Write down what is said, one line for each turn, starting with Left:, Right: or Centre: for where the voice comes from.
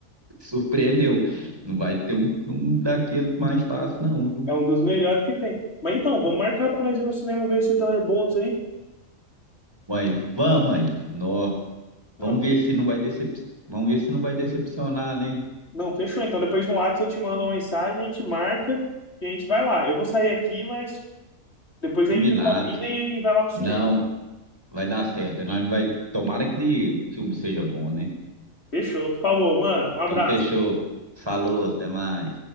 Right: surpreendeu. Não vai ter um filme daquele mais fácil, não, viu?
Left: É um dos melhores que tem. Mas então, vamos marcar pra nós ir no cinema ver esse Thunderbolts aí?
Right: Mas vamos, mãe. Nó. Vamos
Left: Não,
Right: ver
Left: fe-
Right: se não vai decep... Vamos ver se não vai decepcionar, né?
Left: não, fechou. Então, depois no WhatsApp eu te mando uma mensagem, a gente marca e a gente vai lá. Eu vou sair aqui, mas depois
Right: Combinado.
Left: a gente combina e, e vai lá pro cinema.
Right: Não. Vai dar certo. Nós não vai... Tomara que o filme seja bom, né?
Left: Fechou. Falou, mano. Um abraço.
Right: Então, fechou. Falou, até mais.